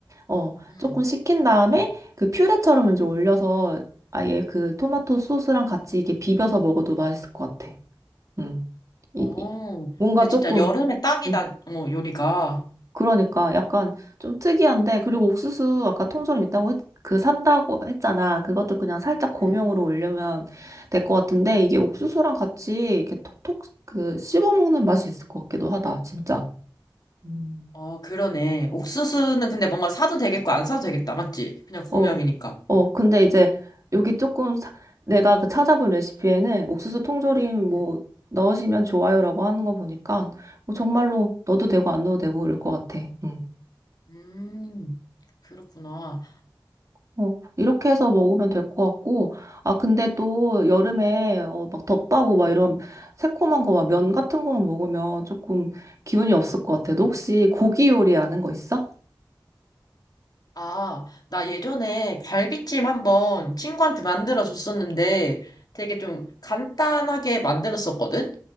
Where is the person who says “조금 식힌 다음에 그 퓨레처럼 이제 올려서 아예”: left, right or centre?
Right